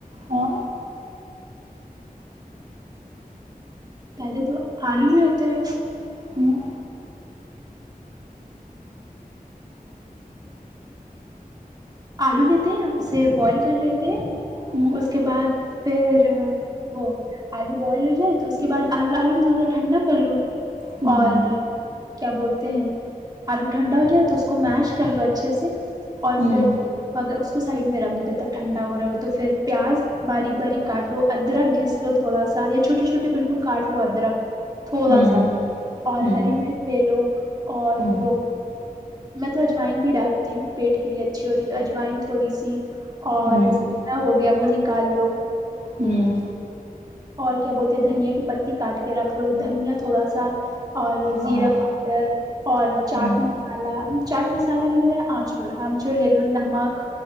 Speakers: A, on the right; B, on the right.
A: ہاں
B: پہلے تو آلو لیتے ہیں
A: ہوں
B: آلو لیتے ہیں اسے بوائل کر لیتے ہیں
A: ہوں
B: اس کے بعد پھر وہ آلو بوائل ہو جائے تو اس کے بعدلو آلو کو تھوڑا سا ٹھنڈا کر لو
A: ہوں
B: اور کیا بولتے ہیں آلو ٹھنڈا ہو جائے تو اس کو میش کر لو اچھے سے اور
A: ہوں
B: پھر اگر اس کو سائڈ میں رکھ دو جب تک ٹھنڈا ہو رہا ہو تو پھر پیاز باریک باریک کاٹ لو ادرک گھس لو تھوا سا یا چھوٹے چھوٹے بالکل کاٹ لو ادرک تھوڑا
A: ہوں
B: سا اور
A: ہوں
B: ہری مرچ لے لو <inaudible> اور
A: ہوں
B: وہ میں تو اجوائن بھی ڈالتی ہوں پیٹ کے لیے اچھی ہوتی تو اجوائن تھوڑی سی اور
A: ہوں
B: زیرا ہو گیا وہ نکال لو
A: ہوں
B: اور کیا بولتے دھنیا کی پتی کاٹ کے رکھ لو دھنیا تھوڑا سا اور
A: ہاں
B: زیرا پاؤڈر اور چاٹ
A: ہاں
B: مسالہ چاٹ مسالہ کی بجائے آمچور آمچور لے لو نمک